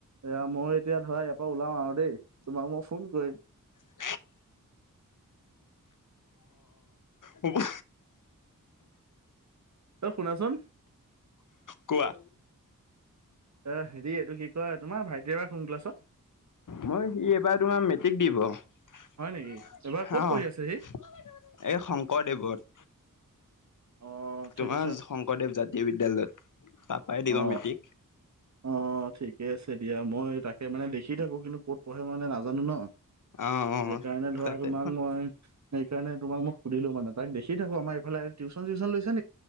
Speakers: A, on the right; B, on the left.
A: এয়া, মই এতিয়া ধৰা ইয়াৰ পৰা ওলাও আৰু দেই, তোমাক মই ফোন কৰিম
B: <unintelligible> অ-অ
A: অ, শুনাচোন?
B: কোৱা?
A: <inaudible> কয় তোমাৰ ভাইটি এবাৰ কোন ক্লাছত
B: মই সি এবাৰ তোমাৰ মেট্ৰিক দিব। হ
A: হয় নেকি এইবাৰ ক'ত
B: এই
A: পঢ়ি আছে সি
B: শংকৰদেৱৰ
A: অ, ঠিক
B: তোমাৰ
A: আছে
B: শংকৰদেৱ জাতীয় বিদ্যালয়ত তাৰাপই দিব
A: অ
B: মেট্ৰিক
A: অ, ঠিকে আছে দিয়া। মই তাকে মানে লিখি থাকো কিন্তু ক'ত পঢ়ে মানে নাজানো ন
B: অ', অ'।
A: সেইকাৰণে ধৰা
B: তাতে
A: তোমাক মই সেইকাৰণে তোমাক মোক সুধিলো মান ত দেখি থাক আমাৰফাল <unintelligible> চিন লছে